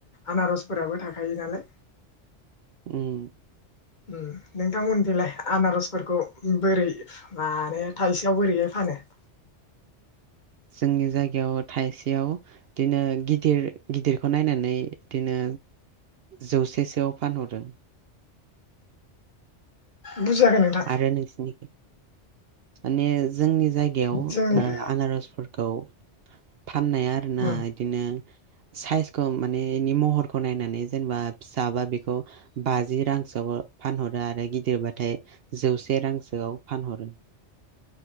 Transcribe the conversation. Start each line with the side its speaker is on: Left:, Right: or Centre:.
Left: आनार फोराबो थाखायो नालाय।
Right: उम।
Left: उम नोंथांमोनखैलाय आनारसफोरखौ बोरै माने थाइसेयाव बोरैहाय फानो? <inaudible>
Right: जोंनि जायगायाव थाइसेयाव इदिनो गिदिर गिदिरखौ नायनानै इदिनो जौसेसोआव फानहरो।
Left: बुजियाखै नोंथां
Right: आरो नोंसिनिखै माने जोंनि जायगायाव ओ
Left: जोंनिखै
Right: आनारसफोरखौ फाननाया आरोना
Left: उम
Right: इदिनो साइजखौ माने बेनि महरखौ नायनानै जेनेबा फिसाबा बेखौ बाजि रांसोआवओ फानहरो आरो गिदिरबाथाय जौस से रांसोआव फानहरो। ‌